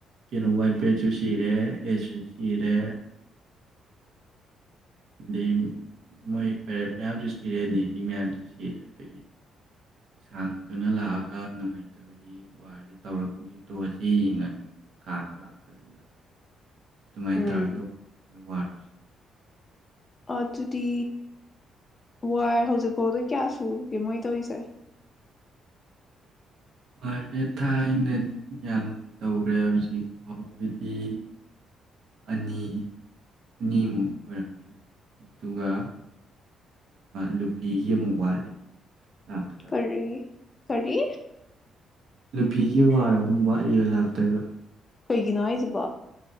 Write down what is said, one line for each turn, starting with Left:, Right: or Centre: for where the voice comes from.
Right: ꯀꯩꯅꯣ ꯍ꯭ꯋꯥꯠ ꯕ꯭ꯔꯦꯛꯁꯨ ꯁꯤꯔꯦ ꯑꯦꯁꯁꯨ ꯁꯤꯔꯦ ꯑꯥꯗꯩ ꯃꯣꯏ ꯄꯥꯏꯔꯠ ꯃꯥꯌꯥꯝꯁꯨ ꯁꯤꯔꯦ ꯅꯦꯕꯤ ꯃꯥꯌꯥꯝꯁꯨ ꯁꯤꯔꯦ ꯑꯥꯗꯒꯤ <unintelligible> ꯂꯥꯛꯑꯥꯒ ꯅꯨꯡꯉꯥꯏꯇꯥꯕꯒꯤ ꯋꯥꯔꯖꯦ ꯇꯧꯔꯥꯒꯨꯝꯁꯤ ꯇꯣꯛꯑꯥꯖꯤꯅꯥ ꯈꯥꯝꯕ ꯂꯥꯛꯄꯥꯖꯤꯗ ꯑꯗꯨꯃꯥꯏ
Left: ꯎꯝ
Right: ꯇꯧꯔꯥꯒ ꯇꯣꯛꯄ ꯋꯥꯔꯖꯦ
Left: ꯑꯗꯨꯗꯤ ꯋꯥꯔ ꯍꯧꯖꯤꯛ ꯐꯥꯎꯗꯥ ꯀꯥꯌꯥ ꯁꯨꯒꯦ ꯃꯣꯏ ꯇꯧꯔꯤꯖꯦ
Right: ꯋꯥꯔꯖꯦ ꯊꯥꯢꯅꯗꯤ ꯌꯥꯝ ꯇꯧꯒ꯭ꯔꯦ ꯍꯧꯖꯤꯛ ꯐꯥꯎꯒꯤꯗꯤ ꯑꯅꯤ ꯑꯅꯤꯃꯨꯛ ꯑꯣꯏꯔꯝꯒꯅꯤ ꯑꯗꯨꯒ ꯂꯨꯐꯤ ꯑꯃꯨꯛ ꯋꯥꯠꯂꯤ ꯂꯥꯛꯀꯗꯕ
Left: ꯀꯥꯔꯤ ꯀꯥꯔꯤ
Right: ꯂꯨꯐꯤꯒꯤ ꯋꯥꯔ ꯑꯍꯨꯝ ꯋꯥꯠꯂꯤꯕ ꯂꯥꯛꯇꯣꯏꯕ
Left: ꯀꯩꯒꯤꯅꯣ ꯍꯥꯏꯁꯤꯕꯣ